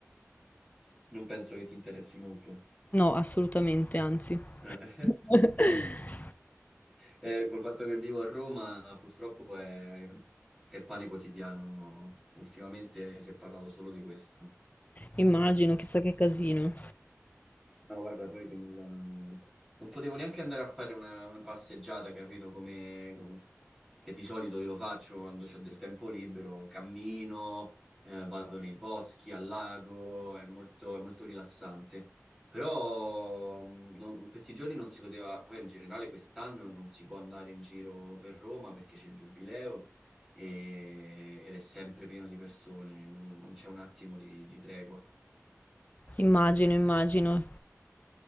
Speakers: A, in the centre; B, on the left.
A: Non penso che ti interessi molto.
B: no, assolutamente, anzi.
A: Eh,
B: <laughs>
A: <laughs> eh, col fatto che vivo a Roma, purtroppo è, è pane quotidiano. Ultimamente si è parlato solo di questo.
B: Immagino, chissà che casino.
A: No, guarda, poi con il- non potevo neanche andare a fare una, una passeggiata, capito? Come... Che di solito io lo faccio quando ho del tempo libero, cammino, eh, vado nei boschi, al lago, è molto, è molto rilassante. Però mh, non- in questi giorni non si poteva, poi in generale quest'anno non si può andare in giro per Roma perché c'è il giubileo e- ed è sempre pieno di persone, non, non c'è un attimo di di tregua.
B: Immagino, immagino.